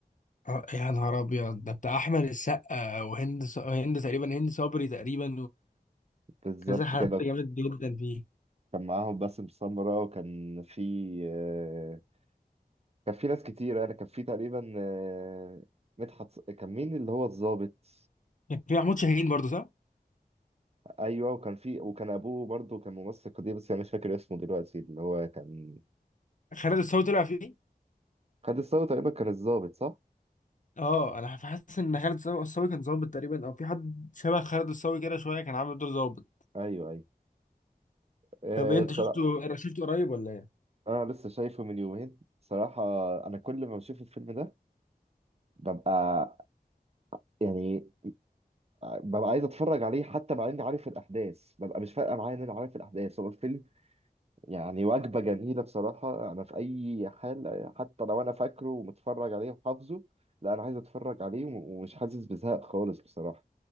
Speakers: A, on the left (about 50°); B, on the right (about 40°).
A: آه، يا نهار ابيض ده بتاع احمد السقا وهند ص... هند تقريبا هند صبري تقريبا
B: بالظبط
A: وكذا حد
B: كده
A: جامد جدا فيه
B: كان معاهم باسم سمرة وكان في آه كان في ناس كتير يعني كان في تقريبا آه مدحت ص- كان مين اللي هو الضابط
A: كان في محمود شاهين برضه صح
B: ايوه وكان في وكان ابوه برضه كان ممثل قديم بس انا مش فاكر اسمه دلوقتي اللي هو كان
A: خالد الصاوي طلع فيه
B: خد الثوره تقريبا كان الضابط صح؟
A: اه انا حاسس ان خالد الصاوي الصاوي كان ظابط تقريبا او في حد شبه خالد الصاوي كده شويه كان عامل دور ظابط
B: ايوه ايوه أه
A: طب إيه، انت
B: بصراحه
A: شفته شفته قريب ولا ايه
B: انا لسه شايفه من يومين بصراحه انا كل ما بشوف الفيلم ده ببقى يعني ببقى عايز اتفرج عليه حتى مع اني عارف الاحداث ببقى مش فارقه معايا ان انا عارف الاحداث هو الفيلم يعني وجبه جميله بصراحه انا في اي حال حتى لو انا فاكره ومتفرج عليه وحافظه لا انا عايز اتفرج عليه ومش حاسس بزهق خالص بصراحه